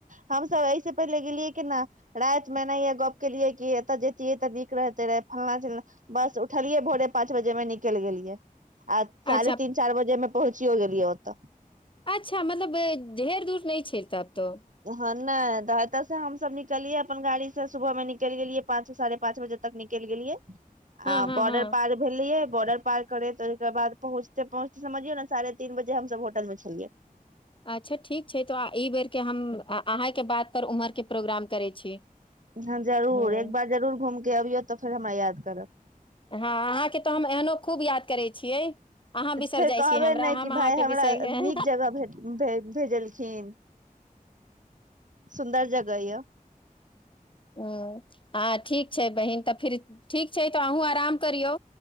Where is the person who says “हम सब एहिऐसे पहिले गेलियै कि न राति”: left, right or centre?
Right